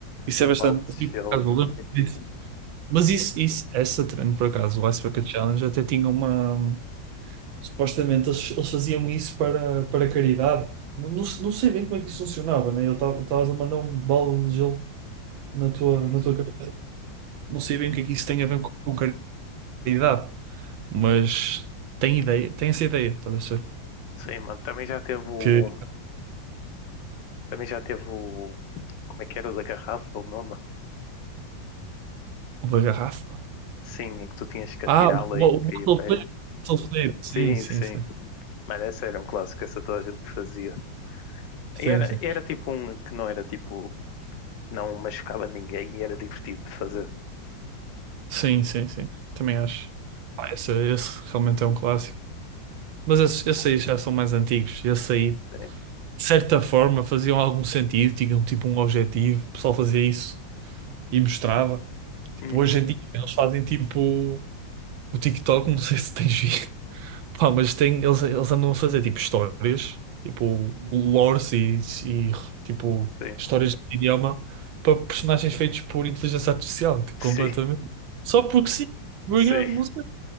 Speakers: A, on the right (about 85°); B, on the left (about 70°).
A: Isso
B: um
A: é bastante.
B: balde de
A: E, por
B: gelo
A: acaso, eu lembro
B: em ti.
A: disso. Mas isso, isso, essa trend, por acaso, o Ice Bucket Challenge até tinha uma. Supostamente eles, eles faziam isso para, para caridade. Não, não, se- não sei bem como é que isso funcionava, né? Eu estava estavas a mandar um balde de gelo na tua,
B: Uhum.
A: na tua cabeça. Não sei bem o que é que isso tem a ver com, com caridade, mas tem ideia, tem essa ideia, estás a ver?
B: Sim, mano. Também já teve o.
A: Que
B: Também já teve o. Como é que era o da garrafa, o nome?
A: uma garrafa.
B: Sim, em que tu tinhas que
A: Ah,
B: atirá-la
A: o o-
B: e caía
A: o bottle
B: em pé.
A: flip, bottle flip.
B: Sim,
A: Sim, sim,
B: sim.
A: sim.
B: Mas essa era um clássico, essa toda a gente fazia.
A: Sim,
B: E era,
A: sim.
B: era tipo um que não era tipo. Não machucava ninguém e era divertido de fazer.
A: Sim, sim, sim. Também acho. Ah, esse, esse realmente é um clássico. Mas esses, esses aí já são mais antigos. Esse aí
B: Sim.
A: de certa forma faziam algum sentido, tinham tipo um objetivo, o pessoal fazia isso e mostrava. Tipo,
B: Uhum,
A: hoje em dia eles fazem tipo o TikTok, não sei se tens visto, <laughs> pá, mas tem, eles, eles andam a fazer tipo histórias, tipo lores e, e tipo
B: sim.
A: histórias de idioma para personagens feitos por inteligência artificial, tipo,
B: Sim,
A: completamente. Só porque sim, porque
B: sim.
A: é, não sei.